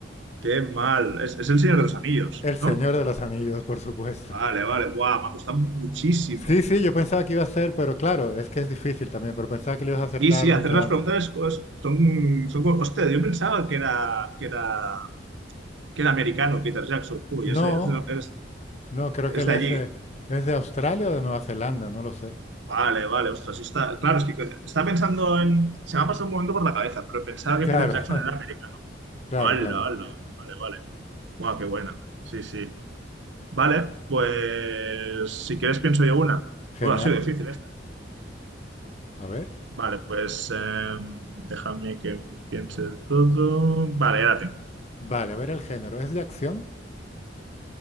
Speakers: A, on the right; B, on the left.
A: qué mal. Es, es El Señor de los Anillos,
B: El Señor
A: ¿no?
B: de los Anillos, por supuesto.
A: Vale, vale, guau, me ha costado muchísimo.
B: Sí, sí, yo pensaba que iba a ser, pero claro, es que es difícil también, pero pensaba que lo ibas a acertar
A: Y sí,
B: mucho
A: hacer las
B: antes.
A: preguntas es- son, son... como- Hostia, yo pensaba que era, que era, que era americano Peter Jackson, tú, y es,
B: No,
A: es, de es-
B: no, creo
A: es
B: que él
A: de
B: es
A: allí.
B: de, es de Australia o de Nueva Zelanda, no lo sé.
A: Vale, vale, ostras, sí está... Claro, es que estaba pensando en... Se me ha pasado un momento por la cabeza, pero pensaba que
B: Claro,
A: Peter Jackson era americano.
B: <laughs> claro,
A: Hala,
B: claro.
A: hala, vale, vale, vale. Guau, qué buena. Sí, sí. Vale, pues si quieres pienso yo una.
B: Genial.
A: Bueno, ha sido difícil esta.
B: A ver.
A: Vale, pues em, déjame que piense el todo. Vale, ya la tengo.
B: Vale, a ver el género. ¿Es de acción?